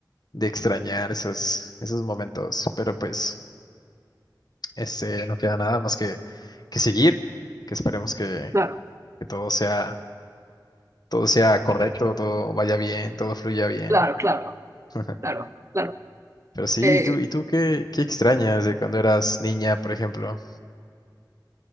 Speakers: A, on the left; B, on the right.
A: extrañar esos, esos momentos. Pero pues, este, no queda nada más que, que seguir, que esperemos que,
B: Claro.
A: que todo sea, todo sea correcto, todo vaya bien, todo fluya bien.
B: Claro, claro,
A: <laughs>
B: claro, claro.
A: Pero sí,
B: Eh,
A: ¿y tú, y tú qué, qué extrañas de cuando eras niña, por ejemplo?